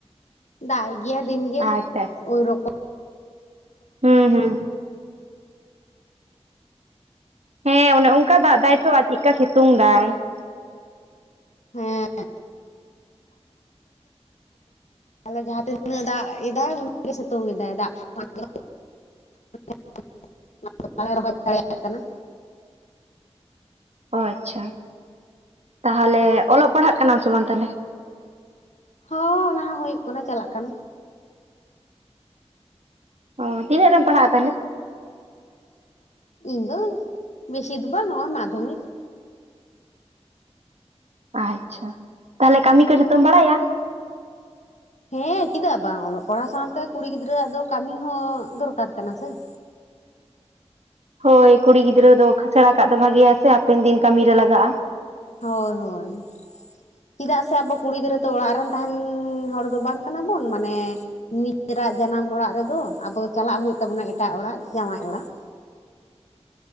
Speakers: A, on the left (about 85°); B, on the right (about 70°).
A: ᱫᱟᱜ ᱜᱤᱭᱟᱭ ᱫᱤᱱᱜᱮ
B: ᱟᱪᱪᱷᱟ
A: ᱳᱭᱨᱚ
B: ᱦᱮᱸ-ᱦᱮᱸ᱾ ᱦᱮᱸ ᱚᱱᱮ ᱚᱝᱠᱟ ᱫᱟᱜ ᱫᱟᱭᱛᱚ ᱟᱨ ᱪᱤᱠᱟ ᱥᱤᱛᱩᱝ ᱫᱟᱭ ᱾
A: ᱦᱮᱸ᱾ ᱛᱟᱦᱞᱮ ᱡᱟᱦᱟ ᱛᱤᱱᱟᱹᱜ ᱫᱟᱜ ᱮᱫᱟ ᱩᱱᱤᱹᱜ ᱜᱮ ᱥᱤᱛᱟᱹᱝ ᱮᱫᱟᱭ ᱫᱟᱜ <unintelligible> <unintelligible> ᱵᱟᱞᱮ ᱨᱚᱦᱚᱭ ᱫᱟᱲᱮᱭᱟᱜ ᱠᱟᱱᱟ᱾
B: ᱚ ᱟᱪᱪᱷᱟ ᱛᱟᱦᱞᱮ ᱚᱞᱚᱜ ᱯᱟᱲᱦᱟᱜ ᱠᱟᱱᱟᱢ ᱥᱮ ᱵᱟᱝ ᱛᱟᱞᱦᱮ?
A: ᱦᱚᱸ ᱚᱱᱟ ᱦᱚᱸ ᱦᱳᱭᱳᱜ ᱠᱟᱱᱟ ᱪᱟᱞᱟᱜ ᱠᱟᱱᱟ ᱾
B: ᱚ ᱛᱤᱱᱟᱹᱜ ᱨᱮᱢ ᱯᱟᱲᱦᱟᱜ ᱛᱟᱞᱦᱮ?
A: ᱤᱧ ᱫᱚ ᱵᱮᱥᱤ ᱫᱚ ᱵᱟᱝ ᱱᱚᱸᱜ-ᱚ ᱢᱟᱫᱽᱫᱷᱚᱢᱤᱠ ᱾
B: ᱟᱪᱪᱷᱟ ᱛᱟᱦᱞᱮ ᱠᱟᱹᱢᱤ ᱠᱚ ᱡᱚᱛᱚᱢ ᱵᱟᱲᱟᱭᱟ?
A: ᱦᱮᱸ ᱪᱤᱫᱟᱜ ᱵᱟᱝ ᱚᱞᱚᱜ ᱯᱟᱲᱦᱟᱣ ᱥᱟᱣᱛᱮ ᱠᱩᱲᱤ ᱜᱤᱫᱽᱨᱟᱹᱣᱟᱜ ᱫᱚ ᱠᱟᱹᱢᱤ ᱦᱚᱸ ᱫᱚᱨᱠᱟᱨ ᱠᱟᱱᱟ ᱥᱮ ᱾
B: ᱦᱳᱭ ᱠᱩᱲᱤ ᱜᱤᱫᱽᱨᱟᱹ ᱫᱚ ᱥᱮᱲᱟ ᱠᱟᱜ ᱫᱚ ᱵᱷᱟᱜᱮᱭᱟ ᱥᱮ ᱦᱟᱯᱮᱱ ᱫᱤᱱ ᱠᱟᱹᱢᱤ ᱨᱮ ᱞᱟᱜᱟᱜ-ᱟ ᱾
A: ᱦᱳᱭ, ᱦᱳᱭ᱾ ᱪᱤᱫᱟᱜ ᱥᱮ ᱟᱵᱚ ᱠᱩᱲᱤ ᱜᱤᱫᱽᱨᱟᱹ ᱛᱚ ᱚᱲᱟᱜ ᱨᱮᱱ ᱛᱟᱦᱮᱱᱻ ᱦᱚᱲ ᱫᱚ ᱵᱟᱝ ᱠᱟᱱᱟ ᱵᱚᱱ ᱢᱟᱱᱮ ᱱᱤᱡᱮᱨᱟᱜ ᱡᱟᱱᱟᱢ ᱚᱲᱟᱜ ᱨᱮᱫᱚ᱾ ᱟᱵᱚ ᱪᱟᱞᱟᱜ ᱦᱳᱭᱳᱜ ᱛᱟᱵᱚᱱᱟ ᱮᱴᱟᱜ ᱚᱲᱟᱜ ᱡᱟᱶᱟᱭ ᱚᱲᱟᱜ ᱾